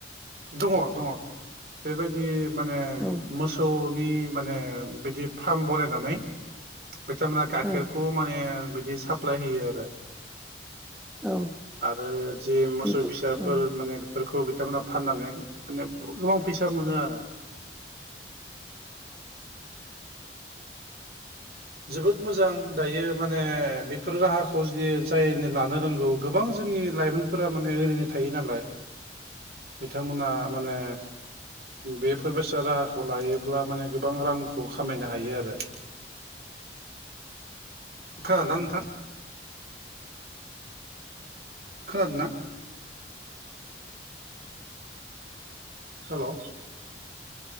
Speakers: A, on the right; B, in the centre.
A: दङ-दङ बेबायदि माने
B: औ
A: मोसौ नि माने बिदि फार्म बनायनानै बिथांमोना गाइखेरखौ
B: औ
A: माने बिदि साप्लाय होयो आरो
B: औ
A: आरो जि मोसौ
B: बेफोर
A: फिसाफोर
B: औ
A: माने बेफोरखौ बिथांमोना फाननानै माने गोबां फैसा मोनो आरो जोबोद मोजां दायो माने बेफोर राहाखौ जुदि जायनो लानो रोंगौ गोबां जोंनि लाइमोनफोरा माने ओरैनो थायो नालाय बिथांमोना माने बेफोर बेसा राहाखौ लायोब्ला माने गोबां रांखौ खामायनो हायो आरो खोनादोना नोंथां? खोनादो ना हेलौ